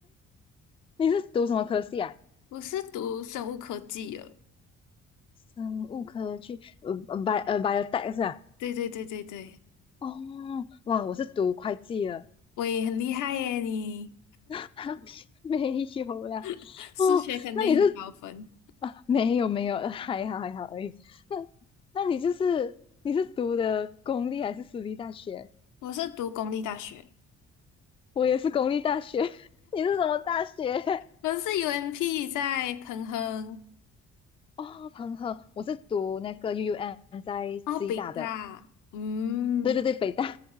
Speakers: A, on the left; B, on the left.
A: 你是读什么科系啊？
B: 我是读生物科技的。
A: 生物科去呃呃 bio 呃 biotech 是吧
B: 对对对对对，
A: 哦，哇，我是读会计的。
B: 我也很厉害耶！你
A: <laughs> 没有啦。
B: <laughs> 数学肯定很高分。
A: 哦，那你是？<laughs> 啊，没有没有，还好还好而已。那那你就是你是读的公立还是私立大学？
B: 我是读公立大学，
A: 我也是公立大学，<laughs> 你是什么大学？
B: 我是 UMP 在彭亨，
A: 哦，彭亨，我是读那个 UUM 在吉大的，
B: 哦，北大，嗯。
A: 对对对，北大。